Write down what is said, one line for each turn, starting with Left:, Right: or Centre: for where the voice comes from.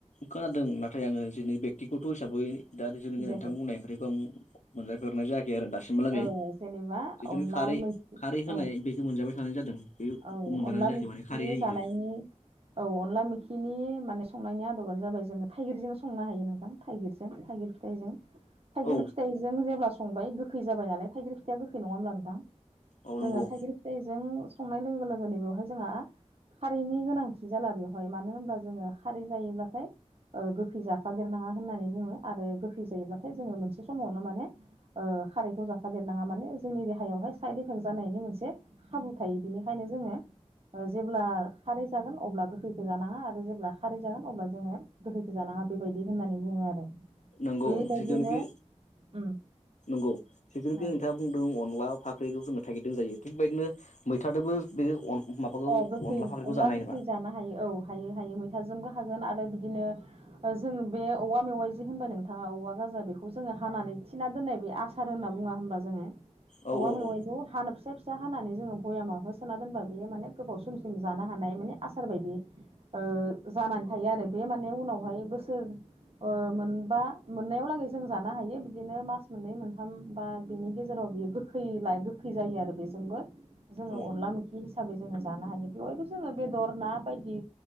Left: खोनादों नाथाय आङो जेनि बेक्तिगत' हिसाबै दा जुखि नोंथां
Right: जायाखै
Left: बुंनाय ओंख्रिखौ आं मोनजाफेरनाय जायाखै आरो दासिमहालागै
Right: औ जेनेबा
Left: जिथुनु
Right: अनला
Left: खारै
Right: मैखि
Left: खारै होनाय
Right: औ
Left: बेखौ मोनजाबाय थानाय जादों। बेखौ
Right: औ
Left: मोनजानाय
Right: अनला
Left: जायाखै
Right: मिखि
Left: माने खारै होयिखौ
Right: जानायनि औ अनला मोखिनि माने संनायनि आदबानो जाबाय जोङो थाइगिरजों संनो हायो नोंथां थाइगिरजों थाइगिर फिथाइजों थाइगिर
Left: औ
Right: फिथाइ जों जेब्ला संबाय गोखै जाबाय नालाय थाइगिर फिथाइया गोखै नङा होनब्ला नोंथां
Left: औ
Right: जोङो
Left: नंगौ
Right: थाइगिर फिथाइ जों संनाय लोगो लोगोनो बेवहाय जोंहा खारैनि गोनांथि जाला बेवहाय मानो होनब्ला जोङो खारै जायोब्लाथाय ओ गोखै जाफादेरनाङा होननानै बुङो आरो गोखै जायोब्लाथाय जोङो मोनसे समावनो माने ओ खारायखौ जाफादेरनाङा माने जोंनि देहायावहाय साइद इफेक्ट जानायनि मोनसे खाबु थायो बिनिखायनो जोङो जेब्ला खारै जागोन अब्ला गोखैखो जानाङा आरो जेब्ला खारै जागोन अब्ला जोङो गोखैखोजानाङा बेबायदि होननानै बुङो आरो।
Left: नंगौ
Right: बेबायदिनो
Left: जिथुनोखि
Right: उम
Left: नंगौ जिथुनोखि
Right: औ
Left: नोंथाङा खुदुं अनला फाख्रिखौ जोङो थागिदों जायो थिग बदिनो मैथादोंबो बे अन माबाखौ
Right: अ गोखै
Left: फाख्रिखौ
Right: अनला
Left: जानो हायो
Right: गोखै
Left: नामा
Right: जानो हायो औ हायो-हायो मैथाजोंबो होन आरो बिदिनो जों बे औवा मैवाय होनबाय नोंथाङा औवागाजा बेखौ जोङो हानानै थिना दोननाय बे आसार होनना बुङा होनबा जोङो
Left: औ
Right: औवा
Left: औ
Right: मेवाइखौ
Left: औ
Right: ह फिसा फिसा हानानै जोङो भयामाव हो सोना दोनबा बेयो माने गोबाव समसिम जानो हानाय माने आसार बायदि ओ जानानै थायो आरो। बे माने उनावहाय बोसोर अ मोनबा मोननायावलागै जों जानो हायो बिदिनो मास मोननै मोनथाम बा बिनि गेजेराव बियो गो गोखै गोखै जायो आरो बेजोंबो जोङो
Left: औ
Right: अनला मोखि हिसाबै जोङो जानो हायो बेवहायबो जोङो बेदर ना बायदि